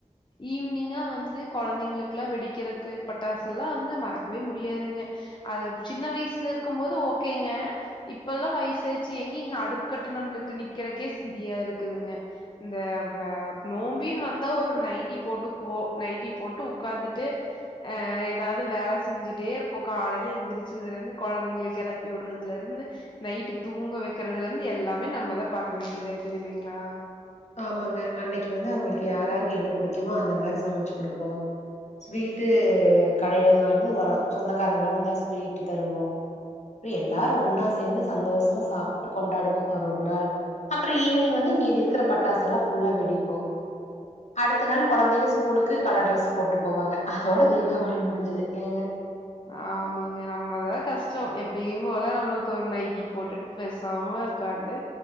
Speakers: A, on the left (about 35°); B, on the left (about 60°).
A: ஈவ்னிங்கா வந்து கொழந்தைங்களுக் கிலா வெடிக்கிறதுக்கு பட்டாசு எல்லா வந்து மறக்கவே முடியாதுங்க அது சின்ன வயசுல இருக்கு போது ஓகேங்க இப்பெல்லா வயசாயிடுச்சு எங்கெங்க அடுப்பு கிட்ட நம்மளுக்கு நிக்கறக்கே சிரியா இருக்குதுங்க இந்த வே நோம்பின் வந்தா ஒரு நைட்டி போட்டுக்குவோ நைட்டி போட்டு உக்காந்துட்டு அ ஏதாவ்து வேல செஞ்சுட்டே இருப்போ காலையில எழுந்திரிச்சதுல இருந்து கொழந்தைங்கள கிளப்பி வுடுறதுலருந்து நைட்டு தூங்க வைக்கறதுல இருந்து எல்லாமே நம்மதா பாக்க வேண்டியதா இருக்கு இல்லைங்களா
B: ஆமாங்க அன்னைக்கு வந்து அவுங்களுக்கு யாராருக்கு என்ன புடிக்குமோ அந்த மாரி சமைச்சு குடுப்போ ஸ்வீட்டு கடையிலந்து வாங்கி இதோ வர சொந்தக்காரங்கலா வந்தா ஸ்வீட்டு தருவோ இப்டி எல்லாரு ஒன்னா சேந்து சந்தோஷமா சாப்ட்டு கொண்டாடுவோ அது ஒரு நாள் அப்றோ ஈவ்னிங் வந்து மீதி இருக்கிற பட்டாசலா ஃபுல்லா வெடிப்போ அடுத்த நாள் கொழந்தைக்கி ஸ்கூலுக்கு கலர் ட்ரெஸ்ஸு போட்டு போவாங்க அதோட தீபாவளி முடிஞ்சுது ஏங்க
A: ஆமாங்க நம்மதா கஷ்டோ எப்பயு போல நம்மளுக்கு ஒரு நைட்டி போட்டுட் பேசாம உக்காந்து